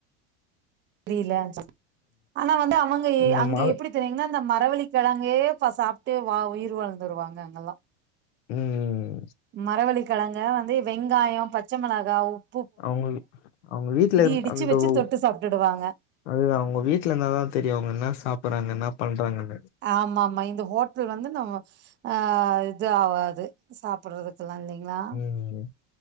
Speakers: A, on the right (about 30°); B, on the left (about 80°).
A: தெரியல ஆனா வந்து அவங்க
B: இந்த
A: அங்க
B: மால்
A: எப்படி ரேங்கன்னா அந்த மரவழிக்கிழங்கே சாப்பிட்டு வா உயிர் வாழ்ந்துருவாங்க அங்கெல்லாம்
B: உஹம்
A: மரவழிக்கிழங்க வந்து வெங்காயம் பச் ச்ச மெளகா உ
B: அவுங்க அவுங்க வீட்ல இரு
A: இடிச்சு
B: அந்த
A: வச்சு
B: ஒ
A: தொட்டு சாப்ட்டுடுவாங்க
B: அது அவுங்க வீட்லந்தாதா தெரியு அவுங்க என்ன சாப்பறாங்க என்னா பன்றாங்க
A: ஆமாமா இந்த ஹோட்டல் வந்து நம்ம ஆ து ஆவாது சாப்பட்றது குல்லா இல்லிங்ளா
B: ம்